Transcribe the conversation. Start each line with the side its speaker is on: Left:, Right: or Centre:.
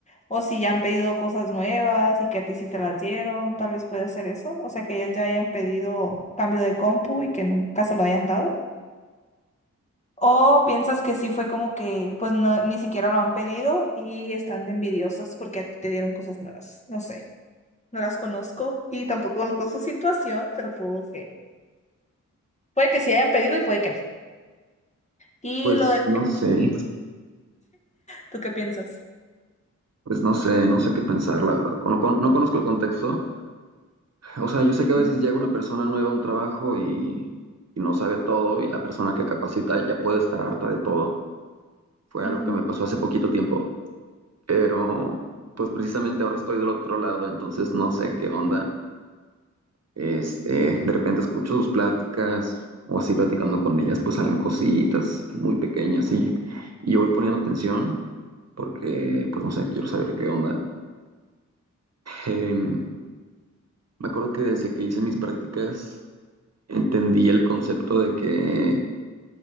Left: o si ya han pedido cosas nuevas y que a ti sí te las dieron, tal vez puede ser eso. O sea, que ellas ya hayan pedido cambio de compu y que nunca se lo hayan dado. O piensas que sí fue como que, pues no, ni siquiera lo han pedido y están de envidiosas porque a ti te dieron cosas nuevas. No sé, no las conozco y tampoco conozco su situación, pero puedo que, puede que sí hayan pedido y puede que no. Y
Right: pues
Left: lo del
Right: no sé,
Left: ¿Tú qué piensas?
Right: pues no sé, no sé qué pensar, la verdad. Con- con- no conozco el contexto. O sea, yo sé que a
Left: Ujú,
Right: veces llega una persona nueva a un trabajo y, y no sabe todo y la persona que capacita ya puede estar harta de todo. Fue
Left: ujú,
Right: algo que me pasó hace poquito tiempo pero pues precisamente ahora estoy del otro lado, entonces no sé qué onda. Este, de repente escucho sus pláticas o así platicando con ellas, pues salen cositas muy pequeñas y, y yo voy poniendo atención porque pues no sé, quiero saber qué onda. Em, me acuerdo que desde que hice mis prácticas entendí el concepto de que